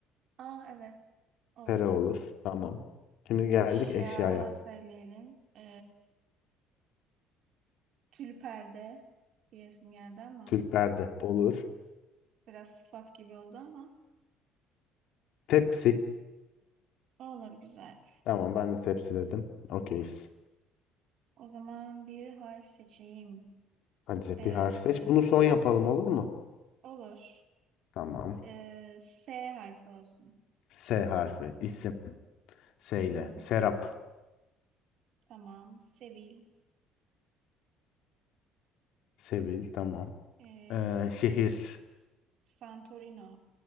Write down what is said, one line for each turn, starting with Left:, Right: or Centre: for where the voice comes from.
Right: Aa evet. Olur.
Left: Tere olur. Tamam. Şimdi geldik
Right: Eşya
Left: eşyaya.
Right: söyleyelim. E, Tül perde diyesim geldi ama
Left: Tülper de olur.
Right: biraz sıfat gibi oldu ama
Left: Tepsi.
Right: olur güzel.
Left: Tamam ben de tepsi dedim. Okeyiz.
Right: O zaman bir harf seçeyim.
Left: Hadi
Right: Ee,
Left: bir harf seç. Bunu son yapalım olur mu?
Right: olur.
Left: Tamam.
Right: Ee, S harfi olsun.
Left: S harfi. İsim. S
Right: Hı
Left: ile.
Right: hı,
Left: Serap.
Right: tamam. Sevil.
Left: Sevil. Tamam.
Right: Ee,
Left: Ee, şehir.
Right: Santorino.